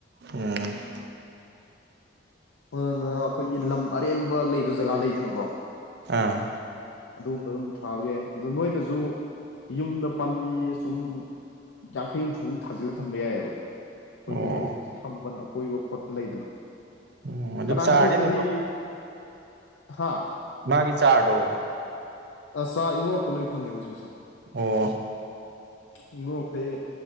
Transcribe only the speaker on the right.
ꯎꯝ
ꯑꯥ
ꯑꯣ
ꯎꯝ ꯑꯗꯨꯝ
ꯆꯥꯔꯗꯤ
ꯑꯗꯨꯝ
ꯃꯥꯒꯤ ꯆꯥꯔꯗꯣ
ꯑꯣ